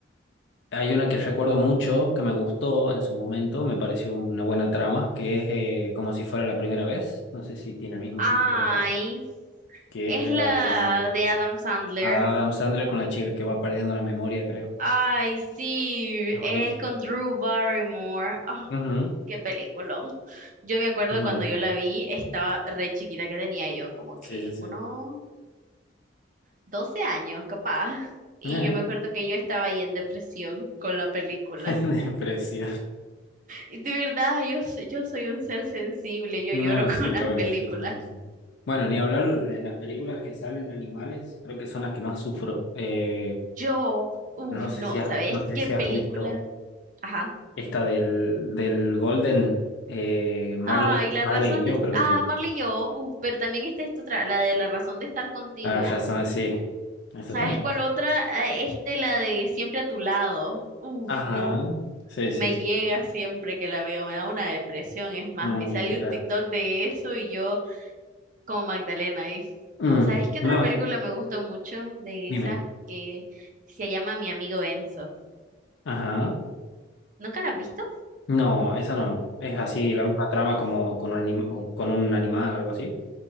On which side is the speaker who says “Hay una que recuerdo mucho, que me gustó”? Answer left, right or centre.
Left